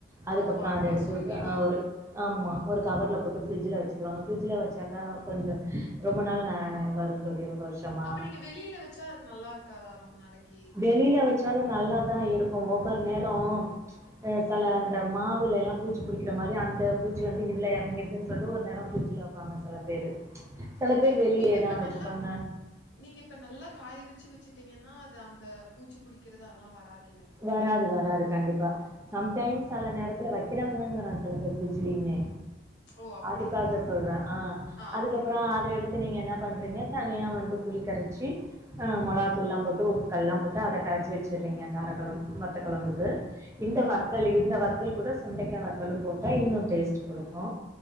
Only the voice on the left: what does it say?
ஆமா, ஆமா.
சுருங்கிடும்.
அப்ப நீங்க வெளில வச்சா அது நல்லா இருக்காதா ரொம்ப நாளைக்கி
ஓகே.
நீங்க இப்ப
நல்லா நீங்க இப்ப நல்லா காய வச்சு வச்சுட்டீங்கனா அது அந்த பூச்சி புடிக்கிறது அதெல்லா வராது
ஆ, ஆ.
ஓ! அப்படியா?
ஆ
ஓகே, ஓகே,
ஓகே.
ஆ,
ஆ
ஓகேங்க்கா.